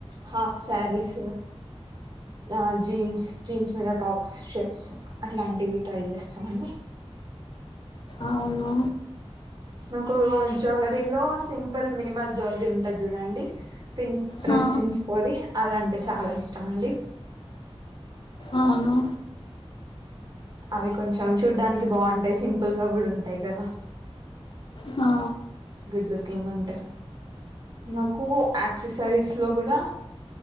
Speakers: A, on the right; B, on the left.
A: హాఫ్ శారీస్ ఆ జీన్స్ జీన్స్ మీద టాప్స్ షర్ట్స్ అట్లాంటివి ట్రై చేస్తామండి.
B: అవును
A: నాకు జ్యులరీలో సింపుల్ మినిమల్ జ్యులరీ ఉంటది చూడండి పింటరెస్ట్
B: హా,
A: ఇన్స్పో ది అది అంటే చాలా ఇష్టం అండి.
B: అవును
A: అవి కొంచం చూడ్డానికి బాగుంటాయి సింపుల్ గా కూడా ఉంటాయి కదా
B: హా,
A: గుడ్ లుకింగ్ ఉంటే నాకు ఆక్సిస్సరీస్ లో కూడా